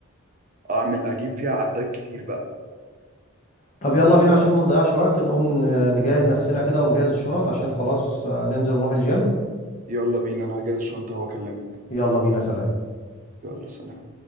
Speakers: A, on the right (about 35°); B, on the left (about 35°).
A: اعمل اجيب فيها عدات كتير بقى
B: طب يلا بينا عشان ما نضيعش وقت نقوم ن- نجهز نفسنا كده ونجهز الشنط عشان خلاص آه، ننزل ونروح الجيم
A: يلا بينا انا هجهز الشنطة واكلمك
B: يلا بينا سلام
A: يلا سلام